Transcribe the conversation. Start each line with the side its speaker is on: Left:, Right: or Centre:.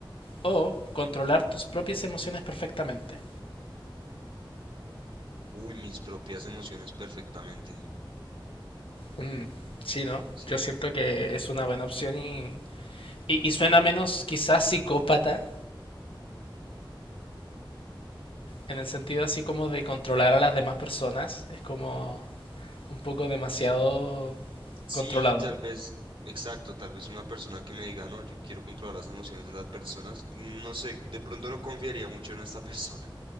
Left: o controlar tus propias emociones perfectamente?
Right: Uy, mis propias emociones perfectamente.
Left: Mm, sí, ¿no?
Right: Sí.
Left: Yo siento que es una buena opción y, y, y suena menos quizás psicópata, en el sentido así como de controlar a las demás personas. Es como un poco demasiado
Right: Sí,
Left: controlador.
Right: tal vez, exacto, tal vez una persona que me diga, no, yo quiero controlar las emociones de las personas, no sé, de pronto no confiaría mucho en esta persona,